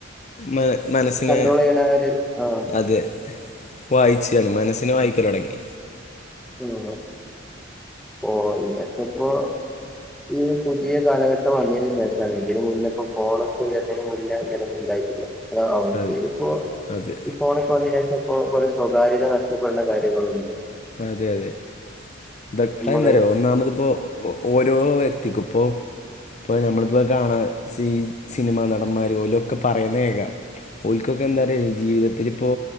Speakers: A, on the left (about 35°); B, in the centre.
A: മ മനസ്സിനെ
B: കണ്ട്രോൾ ചെയ്യണ ഒരു ആഹ്
A: അതെ വായിച്ചയാണ് മനസ്സിനെവായിക്കൽ തുടങ്ങി
B: <unintelligible> ഓ ഇതൊക്ക എപ്പോ ഈ പുതിയ കാലഘട്ടം വന്നതിനു ശേഷമാണ് ഇതിന് മുന്ന ഇപ്പോ ഫോണൊക്കെ വരുന്നതിന് മുന്നേ ഇങ്ങനയൊനുല്ല്യ ആയിട്ട് ഇല്ല അവർക്ക്
A: അതെ
B: ഇപ്പോ
A: അതെ
B: ഈ ഫോണ ഫോൺ വന്നെന്നു ശേഷം ഇപ്പൊ സ്വകാര്യത നഷ്ടപ്പെടുന്ന കാര്യങ്ങളുണ്ട്
A: അതെ അതെ അതെന്താന്നറിയോ
B: നമ്മള്
A: ഒന്നാമത് ഇപ്പോ ഓരോ വ്യക്തിക്കും ഇപ്പോ ഇപ്പ നമ്മളിപ്പോ കാണാ സീ സിനിമാ നടന്മാര് പോലും ഒക്കെ പറയുന്ന കേൾക്കാ ഒൽക്കൊക്കെ എന്തറിയോ ജീവിതത്തിൽ ഇപ്പോ